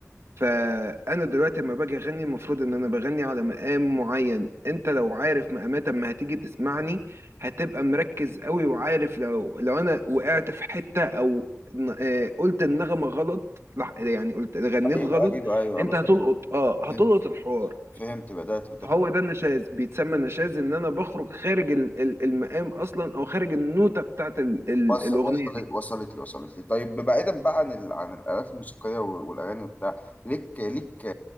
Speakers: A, on the right (about 60°); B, on the left (about 30°).
A: فأنا دلوقتي لما باجي أغني المفروض إن أنا بغني على مقام معين أنت لو عارف مقامات أما هتيجي تسمعني هتبقى مركز قوي وعارف لو لو أنا وقعت في حتة أو ن- آه، قلت النغمة غلط لح- يعني قلت غنيت
B: ايوه
A: غلط
B: ايوه ايوه
A: أنت
B: بدأت
A: هتلقط أه هتلقط
B: فهمت
A: الحوار
B: فهمت بدأت
A: فهو ده النشاز بيتسمى نشاز ان انا بخرج خارج ال- ال- المقام اصلا او خارج النوتة بتاعت ال- ال-
B: وص-
A: الاغنية
B: وصلت
A: دي
B: وصلت لي وصلت لي طيب بعيدا بقى عن ال... عن الآلات الموسيقية وال- والأغاني وبتاع ليك ليك